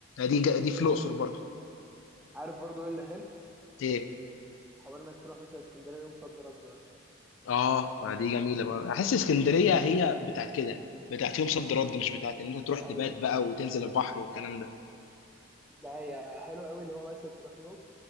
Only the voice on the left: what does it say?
دي ج- دي في الاقصر
برضو
ايه
اه ما دي جميله بقى احس اسكندريه هي بتاعت كده بتاعت يوم صد رد مش بتاعت ان انت تروح
تبات بقى وتنزل البحر والكلام ده